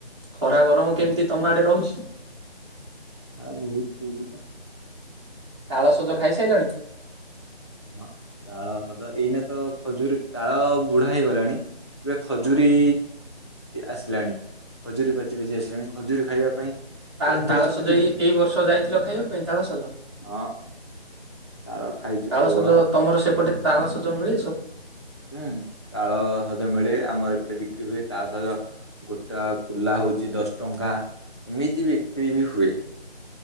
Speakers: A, on the right; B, on the left.
A: ଖରା ଗରମ କେମିତି ତମ ଆଡେ ରହୁଛି?
B: ଆ ବୁହୁତ କୁଜିବା।
A: ତାଳସଜ ଖାଇସାଇଲଣି?
B: ହଁ ତାଳ ହଦ ଏଇନା ତ ଖଜୁରୀ ତାଳ ବୁଢା ହେଇଗଲାଣି ଏବେ ଖଜୁରୀ
A: ହଁ
B: ଆସିଲାଣି। ଖଜୁର ପାଚି ପାଚି ଆସିଲାଣି ଖଜୁରୀ ଖାଇବା ପାଇଁ
A: ତାଲ
B: ଦୋକାନ ଚାଲିଛି
A: ତାଳସଜ
B: ଖଜୁରୀ
A: ଏଇ ଏଇ ବର୍ଷ ଯାଇଥିଲ ଖାଇବା ପାଇଁ ତାଳସଜ?
B: ହଁ ତାଳ ଖାଇଚୁ
A: ତାଳସଜ
B: ପ୍ରବଳ।
A: ତମର ସେପଟେ ତାଳସଜ ମିଳେ ସବୁ?
B: ହୁଁ ତାଳ ସଜ ମିଳେ ଆମର ଏପଟେ ବିକ୍ରି ହୁଏ ତାଳ ସଜ ଗୋଟା କୁଲା ହୋଉଚି ଦଶ ଟଙ୍କା ଏମିତି ବିକ୍ରି ବି ହୁଏ।